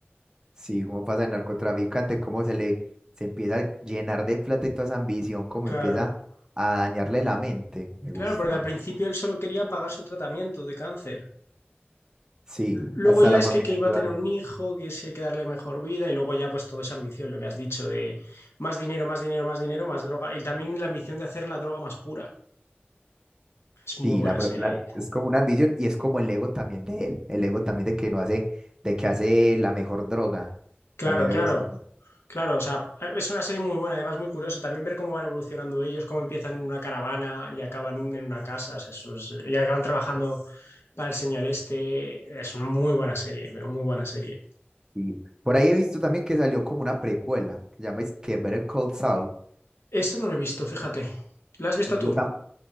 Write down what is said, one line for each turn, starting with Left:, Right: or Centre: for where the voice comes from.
Right: Sí, como pasa el narcotraficante, cómo se le se empieza a llenar de plata y toda esa ambición, cómo
Left: Claro,
Right: empieza a dañarle la mente. Me
Left: claro,
Right: gusta.
Left: porque al principio él solo quería pagar su tratamiento de cáncer.
Right: Sí,
Left: L- Luego
Right: hasta
Left: ya
Right: la
Left: es
Right: familia
Left: que, que iba
Right: ayudando.
Left: a tener un hijo, que sí hay que darle mejor vida y luego ya pues toda esa ambición, lo que has dicho, de más dinero, más dinero, más dinero, más droga y también la ambición de hacer la droga más pura. Es muy
Right: Sí,
Left: buena
Right: la, bro-
Left: serie.
Right: la- es como una ambición y es como el ego también de él, el ego también de que no hace, de que hace la mejor droga.
Left: Claro,
Right: También me
Left: claro,
Right: gusta. mucho.
Left: claro, o sea, es una serie muy buena, además muy curioso también ver cómo van evolucionando ellos, cómo empiezan en una caravana y acaban en una casa, o sea, eso es- y acaban trabajando para el señor este. Es una muy buena serie, pero muy buena serie.
Right: Y por ahí he visto también que salió como una precuela, que se llama es que ver el Cold Soul.
Left: Esa no la he visto, fíjate. ¿La has visto
Right: Y yo
Left: tú?
Right: tam